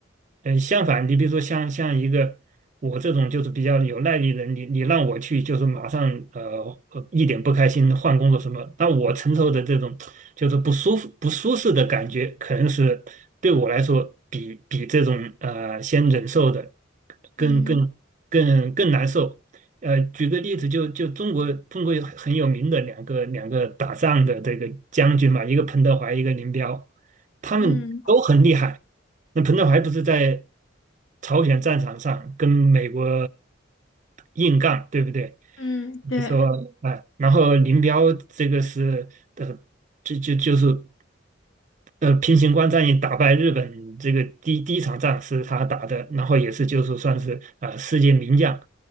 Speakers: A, on the right; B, on the left.
A: 嗯，相反，你比如说像像一个我这种就是比较有耐力的人，你你让我去就是马上呃呃一点不开心换工作什么，那我承受的这种就是不舒服不舒适的感觉，可能是对我来说比比这种呃先忍受的更更更更难受。
B: 嗯
A: 呃，举个例子，就就中国中国有很有名的两个两个打仗的这个将军嘛，一个彭德怀，一个林彪。他们都很厉害。
B: 嗯嗯
A: 那彭德怀不是在朝鲜战场上跟美国硬杠，对不对？
B: 嗯，对，
A: 说哎，然后林彪这个是呃，就就就是。呃，平型关战役打败日本这个第第一场仗是他打的，然后也是就是算是啊、呃世界名将，